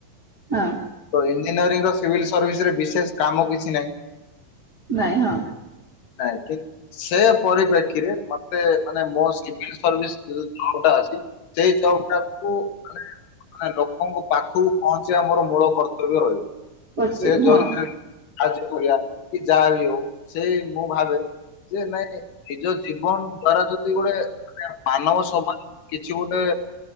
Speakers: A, on the right (about 45°); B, on the left (about 70°).
A: ହଁ
B: ତ ଇଞ୍ଜିନିୟରିଂ ର ସିଭିଲ ସର୍ଭିସ ରେ ବିଶେଷ କାମ କିଛି ନାହିଁ।
A: ନାଇଁ ହଁ
B: ନାଇଁ ଠିକ୍। ସେ ପରିପ୍ରେକ୍ଷୀରେ ମତେ ମାନେ ମୋ ସିଭିଲ୍ ସର୍ଭିସ୍ ଯଉଟା ଅଛି। ସେଇ ଜବ ଟାକୁ ମାନେ ମାନେ ଲୋକଙ୍କ ପାଖକୁ ପହଞ୍ଚିବା ଆମର ମୂଳ କର୍ତ୍ତବ୍ୟ ରହିବ।
A: କରିପାରିବି
B: ସେ ଜରିଆରେ
A: ହଁ
B: କାର୍ଯ୍ୟ କରିବା କି ଯାହା ବି ହଉ ସେ ମୁଁ ଭାବେ ଯେ ନାଇଁ ନିଜ ଜୀବନ ଦ୍ଵାରା ଯଦି ଗୋଟେ ମାନେ ମାନବ ସମା କିଛି ଗୋଟେ